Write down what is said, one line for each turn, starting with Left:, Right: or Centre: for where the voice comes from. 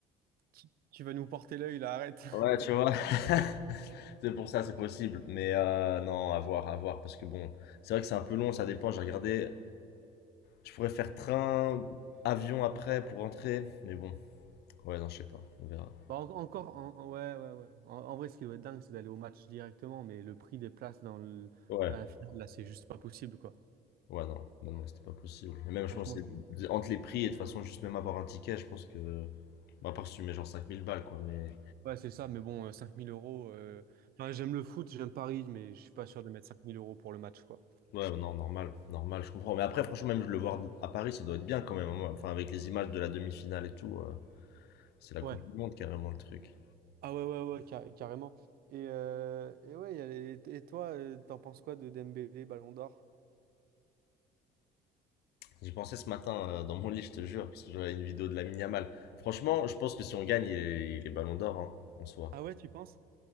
Right: Tu tu vas nous porter l'œil là, arrête.
Left: Ouais, tu vois. <laughs> C'est pour ça, c'est possible. Mais euh, non, à voir, à voir. Parce que bon, c'est vrai que c'est un peu long, ça dépend. J'ai regardé, je pourrais faire train, avion après pour rentrer. Mais bon, ouais, non, je sais pas. On verra.
Right: Bah, en- encore, en, en- ouais, ouais, ouais. En, en vrai, ce qui doit être dingue, c'est d'aller au match directement, mais le prix des places dans le-
Left: Ouais.
Right: à la finale, là, c'est juste pas possible, quoi.
Left: Ouais, non, non, non, c'était pas possible. Et même, je
Right: Franchement,
Left: pense,
Right: c'est-
Left: c'est- entre les prix et de toute façon, juste même avoir un ticket, je pense que. Bah, à part si tu mets genre 5000 balles, quoi, mais.
Right: ouais, c'est ça, mais bon, euh, 5000 euros. euh, Enfin, j'aime le foot, j'aime Paris, mais je suis pas sûr de mettre 5000 euros pour le match, quoi.
Left: Ouais, non, normal, normal, je comprends. Mais après, franchement, même je le voir à Paris, ça doit être bien quand même. moi. Enfin, avec les images de la demi-finale et tout, euh, c'est la
Right: Ouais.
Left: Coupe du Monde carrément le truc.
Right: Ah, ouais, ouais, ouais, ca- carrément. Et, euh, et ouais, il y a les- et toi, euh, t'en penses quoi de Dembélé, Ballon d'Or?
Left: J'y pensais ce matin euh, dans mon lit, je te jure, parce que j'avais une vidéo de la Yamal. Franchement, je pense que si on gagne, il est, il est Ballon d'Or, hein, en soi.
Right: Ah ouais, tu penses?